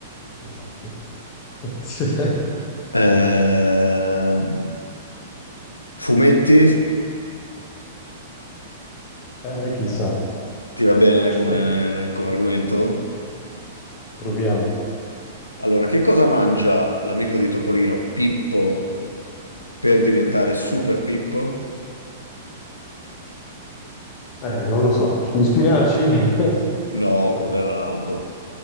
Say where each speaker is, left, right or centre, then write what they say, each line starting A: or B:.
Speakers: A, on the left; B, on the left.
A: Esatto. <laughs>
B: Ehm, Fumetti?
A: Eh, chissà.
B: Ti va bene
A: <laughs>
B: come, come argomento?
A: Proviamo.
B: Allora, che cosa mangia l'amico di Topolino, Pippo, per diventare Super Pippo?
A: Eh, non lo so. Gli spinaci? <laughs> Non
B: No, quello
A: so.
B: era l'altro.